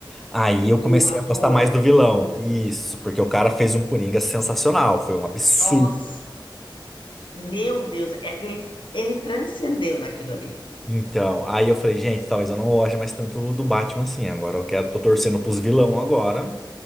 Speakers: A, in the centre; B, on the left (about 75°).
A: Aí
B: O
A: eu comecei
B: o ator.
A: a gostar mais do vilão.
B: do
A: Isso, porque o cara fez um Coringa sensacional, foi um absurdo.
B: Nossa. Meu Deus, é- é- ele transcendeu naquilo ali.
A: Então, aí eu falei, gente, talvez eu não goste mais tanto do Batman assim. Agora eu quero, tô torcendo pros vilão agora.